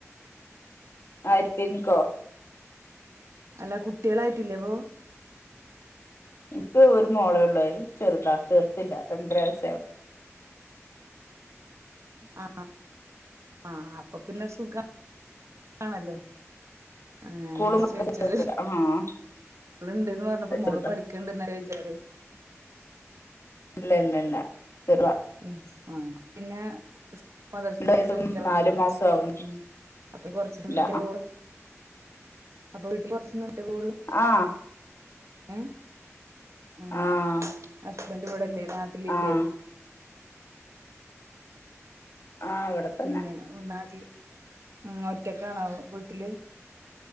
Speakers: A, on the left (about 60°); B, on the right (about 75°).
A: ആയിരിക്ക്എനിക്കോ?
B: അല്ല കുട്ടികളായിട്ടില്ലേപ്പൊ?
A: ഇപ്പ ഒരു മോളോള്ളൂ അഹ് ചെറുതാ ചെർത്തില്ല രണ്ടര വയസ്സായി.
B: ആ ആഹ ആ അപ്പൊ പിന്നെ സുഖം ആണല്ലോ? ആ ഞാന്
A: സ്കൂളും മദ്രസയും
B: ചോയിച്ച്
A: ഒന്നുമില്ല ആഹ്
B: മോളിണ്ട്ന്ന് പറഞ്ഞപ്പ
A: അത്
B: മോള്
A: ചെറുതാ
B: പഠിക്കണ്ട്ന്ന് വിചാര്
A: ഇല്ല ഇല്ല ഇല്ല തീർവാ
B: ഉംആ പിന്നെ സ് മദർസിന്റെയും
A: രണ്ട് വയസ്സും
B: വേജൊന്നുമല്ല
A: നാലു മാസവും ആവുന്നു
B: ഉം അപ്പൊ കൊറച്ച് നിന്നിട്ട്
A: ഇല്ല
B: പോവോള്ളൂ. അപ്പൊ വീട്ടിൽ കൊറച്ചന്ന്ട്ടേ പോവുള്ളൂ
A: ആഹ്
B: ഉം ഉം
A: ആഹ്
B: ഹസ്ബന്റ് ഇവിടെല്ലേ നാട്ടിലില്ലേ?
A: ആഹ് ആഹ് ഇവിടെ തന്നെ
B: പിന്നെപിന്നെ നാട്ടില് ഉംഒറ്റക്കാണാവോ വീട്ടില്